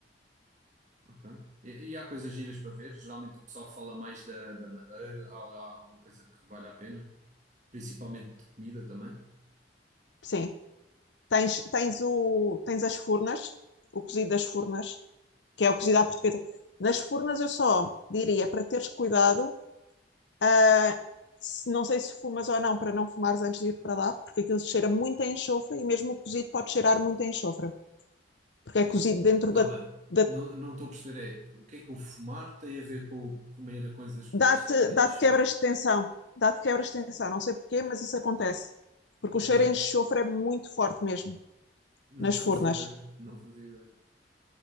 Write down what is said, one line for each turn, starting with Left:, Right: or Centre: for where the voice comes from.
Right: Ok. E, e há coisas giras para ver. Geralmente o pessoal fala mais da, da Madeira. Há lá alguma coisa que vale a pena. Principalmente de comida também.
Left: Sim, tens, tens, o, tens as furnas, o cozido das furnas, que é o cozido à portuguesa. Nas furnas eu só diria para teres cuidado, ah, se- não sei se fumas ou não, para não fumares antes de ir para lá, porque aquilo cheira muito a enxofre e mesmo o cozido pode cheirar muito a enxofre. porque
Right: Da-
Left: é cozido dentro
Right: Calma,
Left: da. da
Right: não, não estou a perceber. É, o que é que o fumar tem a ver com o comer coisas
Left: dá-te
Right: a cheirar a
Left: dá
Right: enxofre?
Left: quebras de tensão. Dá-te quebras de tensão. Não sei porquê, mas isso acontece. Porque
Right: Ok.
Left: o cheiro em enxofre é muito forte mesmo
Right: Não
Left: nas
Right: fazia
Left: furnas.
Right: ideia. Não fazia ideia.